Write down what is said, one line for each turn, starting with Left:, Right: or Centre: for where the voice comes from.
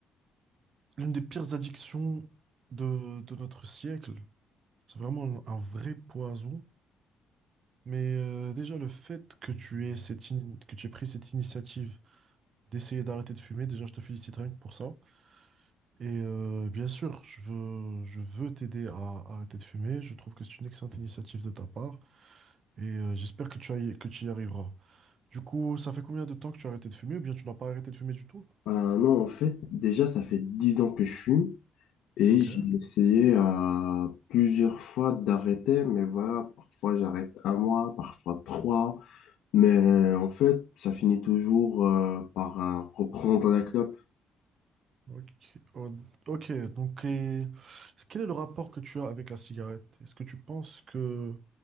Right: l'une des pires addictions de, de notre siècle. C'est vraiment un, vrai poison. Mais euh, déjà le fait que tu aies cette ini- que tu aies pris cette initiative d'essayer d'arrêter de fumer, déjà je te félicite rien que pour ça. Et euh, bien sûr, je veux je veux t'aider à arrêter de fumer. Je trouve que c'est une excellente initiative de ta part et euh, j'espère que tu ailles- que tu y arriveras. Du coup, ça fait combien de temps que tu as arrêté de fumer ou bien tu n'as pas arrêté de fumer du tout?
Left: Ben non, en fait, déjà, ça fait 10 ans que je fume et
Right: Ok.
Left: j'ai essayé euh, plusieurs fois d'arrêter, mais voilà, parfois j'arrête un mois, parfois trois, mais en fait, ça finit toujours euh, par euh, reprendre la clope.
Right: Ok, Oh, ok. donc et quel est le rapport que tu as avec la cigarette? Est-ce que tu penses que